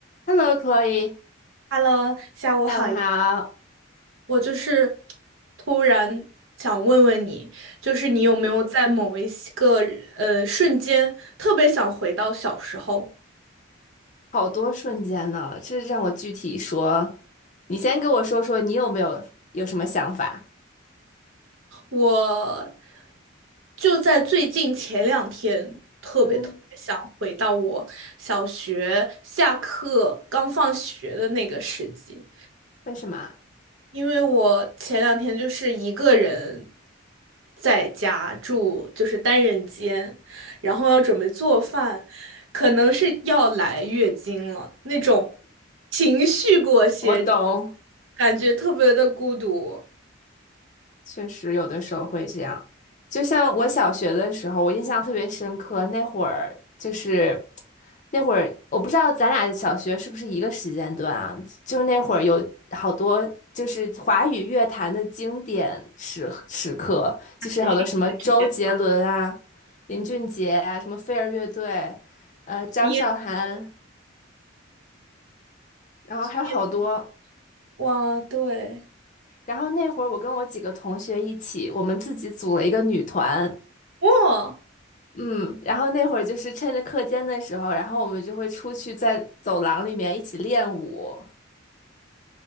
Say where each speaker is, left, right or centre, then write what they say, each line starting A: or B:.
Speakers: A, on the left; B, on the right.
A: Hello, Chloe，
B: Hello，下午好呀
A: 下午好。
B: 我就是突然想问问你，就是你有没有在某一些个呃瞬间特别想回到小时候？
A: 好多瞬间呢，这让我具体说。你先跟我说说，你有没有有什么想法？
B: 我就在最近前两天，特别特别想回到我小学下课刚放学的那个时机。
A: 嗯，为什么？
B: 因为我前两天就是一个人在家住，就是单人间，然后要准备做饭，可能是要来月经了，那种情绪裹挟着
A: 我懂。
B: 感觉特别的孤独。
A: 确实有的时候会这样。就像我小学的时候，我印象特别深刻，那会儿就是那会儿，我不知道咱俩小学是不是一个时间段啊？就是那会儿有好多就是华语乐坛的经典时时刻，就是好多什么周杰伦啊、
B: 还是一个时间段，
A: 林俊杰啊、什么飞儿乐队，呃，张韶涵，
B: 夜
A: 然后还有好多。
B: 深夜深哇，对，
A: 然后那会儿我跟我几个同学一起，我们自己组了一个女团。
B: 哇。
A: 嗯，然后那会儿就是趁着课间的时候，然后我们就会出去在走廊里面一起练舞。